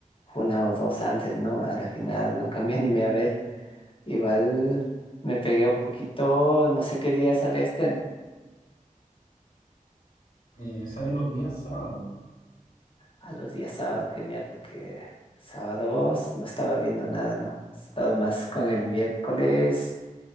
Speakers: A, on the left; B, on the left.
A: una o dos antes, ¿no? A la final nunca me animé a ver. Igual me pegué un poquito, no sé qué día sale este,
B: Eh, sale los días sábados.
A: a los días sábado genial, porque sábados no estaba viendo nada, ¿no? He estado más con el miércoles,